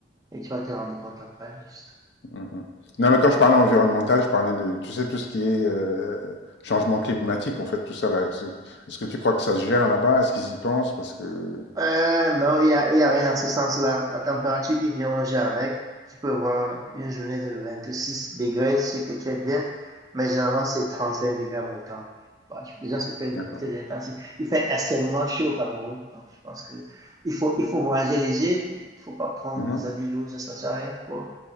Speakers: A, on the right (about 20°); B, on the left (about 60°).
A: Et tu vas te rendre compte après, juste.
B: Mm, mm. Non, mais quand je parlais environnemental, je parlais de, tu sais, tout ce qui est euh, changement climatique, en fait, tout ça là. Est-ce est-ce que tu crois que ça se gère là-bas? Est-ce qu'ils y pensent? Parce que,
A: Euh, non, il n'y a, il y a rien dans ce sens-là. La température qui vient au jeu avec, tu peux voir une journée de 26 degrés, je sais que tu es bien, mais généralement c'est 35 degrés à mon temps. Bah, je- les gens se plaignent
B: d'accord.
A: beaucoup, c'est intensif. Il fait extrêmement chaud au Cameroun, donc je pense que il faut, il faut voyager léger, il faut, faut pas prendre
B: Mhm.
A: des habits lourds, ça ne sert à rien. Faut-